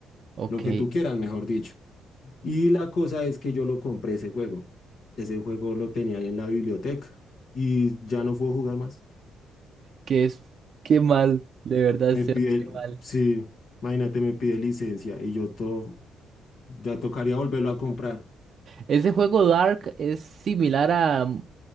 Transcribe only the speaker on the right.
Ok,
¿qué es? Qué mal, de verdad,
Seba,
qué mal.
Ese juego Dark es similar a